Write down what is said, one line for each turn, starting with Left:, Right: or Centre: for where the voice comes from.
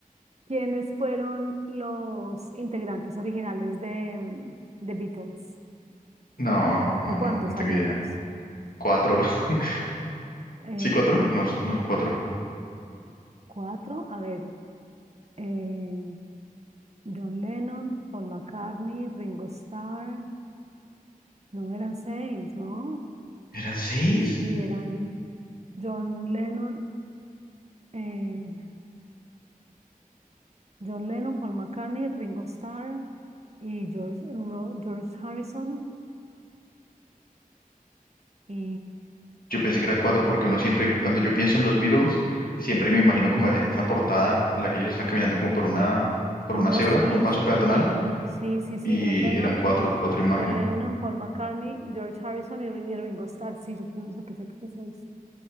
Right: ¿Quiénes fueron los integrantes originales de mm, The Beatles?
Left: No, no,
Right: ¿O cuántos
Left: no, no tengo
Right: al menos?
Left: idea. ¿Cuatro? <laughs>
Right: Eh,
Left: ¿Sí, cuatro? No, no, cuatro.
Right: cuatro, a ver. eh, John Lennon, Paul McCartney, Ringo Starr. No, eran seis, ¿no?
Left: ¿Eran seis?
Right: Sí, eran John Lennon. eh, John Lennon, Paul McCartney, Ringo Starr y George, Ro- George Harrison y...
Left: Yo pensé que eran cuatro porque uno siempre, cuando yo pienso en los Beatles, siempre me imagino como esa portada en la que ellos están caminando como por una, por
Right: Ah,
Left: una
Right: no,
Left: cebra,
Right: sí,
Left: por un paso
Right: sí,
Left: peatonal,
Right: cuatro. Sí, sí, sí,
Left: y
Right: John Lennon,
Left: eran cuatro, cuatro imágenes.
Right: John Lennon, Paul McCartney, George Harrison y, Ri- y Ringo Starr. Sí, yo pienso que sé que fue seis.